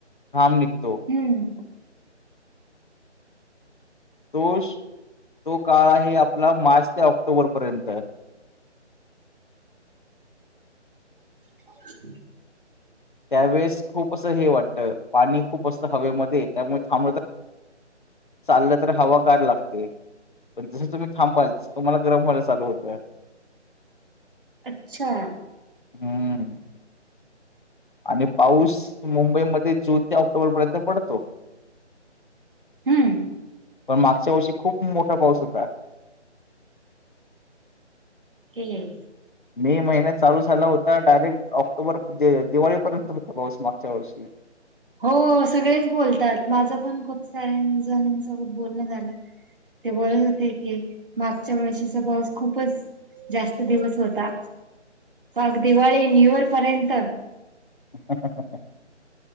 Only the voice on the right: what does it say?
हम्म.
<unintelligible>
अच्छा.
हम्म.
हम्म
हो सगळेच बोलतात माझं पण खूप साऱ्या जणांसोबत बोलणं झालं. ते बोलत होते की मागच्या वर्षीचा पाऊस खूपच जास्त दिवस होता. मग दिवाळी न्यू इयर पर्यंत